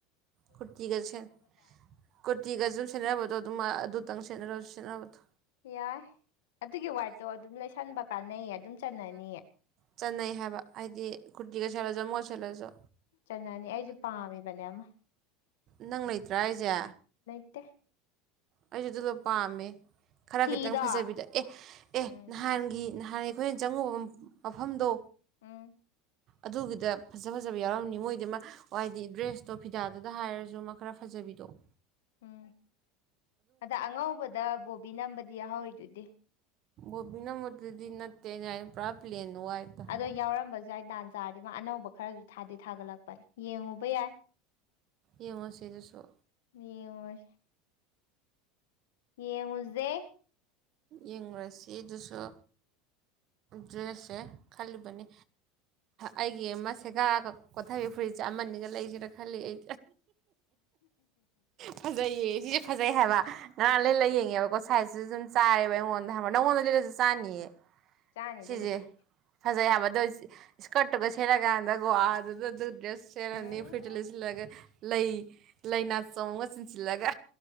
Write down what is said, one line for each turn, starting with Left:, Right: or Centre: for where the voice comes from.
Right: ꯀꯨꯔꯇꯤꯒ ꯁ ꯀꯨꯔꯇꯤꯒꯖꯝ ꯁꯦꯅꯔꯕꯗꯣ ꯑꯗꯨꯃ ꯑꯗꯨꯇꯪ ꯁꯦꯠꯅꯔꯁꯨ ꯁꯦꯠꯅꯕꯗꯣ
Left: ꯌꯥꯏ ꯑꯗꯨꯒꯤ ꯋꯥꯏꯠꯇꯣ ꯑꯗꯨꯝ ꯂꯩꯁꯟꯕ ꯀꯥꯟꯅꯩꯌꯦ ꯑꯗꯨꯝ ꯆꯟꯅꯅꯤꯌꯦ
Right: ꯆꯠꯅꯩ ꯍꯥꯏꯕ ꯍꯥꯏꯗꯤ ꯀꯨꯔꯇꯤꯒ ꯁꯦꯠꯂꯁꯨ ꯃꯣꯏꯒ ꯁꯦꯠꯂꯁꯨ
Left: ꯐꯅꯅꯤ ꯑꯩꯁꯨ ꯄꯥꯝꯃꯤꯕꯅꯦ ꯑꯃ
Right: ꯅꯪ ꯂꯩꯇ꯭ꯔꯥ ꯑꯩꯁꯦ
Left: ꯠꯇ
Right: ꯑꯩꯁꯨ ꯑꯗꯨꯗ ꯄꯥꯝꯃꯦ ꯈꯔ
Left: ꯐꯤꯗꯣ
Right: ꯈꯤꯇꯪ ꯐꯖꯕꯤꯗ ꯑꯦ ꯑꯦ
Left: ꯎꯝ
Right: ꯅꯍꯥꯟꯒꯤ ꯅꯍꯥꯟ ꯑꯩꯈꯣꯏꯅ ꯆꯪꯉꯨꯕ ꯃꯐꯝꯗꯣ
Left: ꯎꯝ
Right: ꯑꯗꯨꯒꯤꯗ ꯐꯖ ꯐꯖꯕ ꯌꯥꯎꯔꯝꯅꯤ ꯃꯣꯏꯗꯤ ꯍꯥꯏꯏꯗꯤ ꯗ꯭ꯔꯦꯁꯇꯣ ꯐꯤꯗꯥꯗꯨꯗ ꯍꯥꯏꯔꯁꯨ ꯑꯃ ꯈꯔ ꯐꯖꯕ ꯖꯕꯤꯗꯣꯛ
Left: ꯎꯝ ꯑꯗ ꯑꯉꯧꯕꯗ ꯕꯣꯕꯤ ꯅꯝꯕꯗꯤ ꯌꯥꯍꯥꯎꯋꯔꯤꯗꯨꯗꯤ
Right: ꯣꯕꯤꯅ ꯃꯗꯗꯤ ꯅꯠꯇꯦ ꯄ꯭ꯔꯥ ꯄ꯭ꯂꯦꯟ ꯋꯥꯏꯠꯇ ꯍꯥꯏꯕ
Left: ꯑꯗꯣ ꯌꯥꯎꯔꯝꯕꯁꯨꯋꯥꯏ ꯗꯥꯟꯁ ꯆꯥꯔꯗꯤ ꯃꯥ ꯑꯅꯧꯕ ꯈꯔꯁꯨ ꯊꯥꯗꯤ ꯊꯥꯒꯠꯂꯛꯄꯅꯦ ꯌꯦꯡꯉꯨꯕ ꯌꯥꯏ
Right: ꯌꯦꯡꯉꯨ ꯁꯤꯗꯁꯨ
Left: ꯌꯦꯡꯉꯣꯏ ꯌꯦ ꯃꯨꯁꯦ
Right: ꯌꯦꯡꯨꯔꯁꯤ ꯑꯗꯨꯁꯨ ꯗ꯭ꯔꯦꯁꯁꯦ ꯈꯜꯂꯤꯕꯅꯤ ꯑꯩꯒꯤ ꯑꯃ ꯁꯦꯒꯥ ꯀꯣꯊꯕꯤ ꯐꯨꯔꯤꯠꯁꯦ ꯑꯃꯅꯤꯒ ꯂꯩꯁꯤꯦꯅ ꯈꯜꯂꯤ ꯑꯩ ꯐꯖꯩꯌꯦ ꯁꯤꯁꯦ ꯐꯖ ꯭ꯔꯦ ꯍꯥꯏꯕ ꯉꯔꯥꯡ ꯂꯩ
Left: ꯃꯁꯛꯇꯨꯒ
Right: ꯂ ꯌꯦꯡꯉꯦꯕꯀꯣ ꯁꯥꯏꯖꯁꯤꯁꯨ ꯑꯗꯨꯨꯝ ꯑꯩꯉꯣꯟꯗ ꯍ ꯅꯉꯣꯟꯗ ꯂꯤꯂꯁꯨ ꯆꯥꯅꯤꯌꯦ
Left: ꯆꯥꯅꯤ
Right: ꯁꯤꯁꯦ
Left: ꯑꯗꯨꯕꯨꯗꯤ
Right: ꯐꯖꯩ ꯍꯥꯏ ꯑꯗꯨꯣ ꯏꯁꯀꯔꯠꯇꯨꯒ ꯁꯦꯠ ꯀꯥꯟꯗꯒ ꯋꯥ ꯑꯗꯨꯗ ꯑꯗꯨ ꯗ꯭ꯔꯦꯁ ꯁꯦꯔꯅꯤ
Left: ꯎꯝ
Right: ꯐꯨꯔꯤꯗ ꯂꯩꯁꯤꯜꯂꯒ ꯂꯩ ꯂꯥꯏꯅꯥ ꯆꯣꯡꯉꯒ ꯆꯤꯟꯁꯤꯜꯂꯒ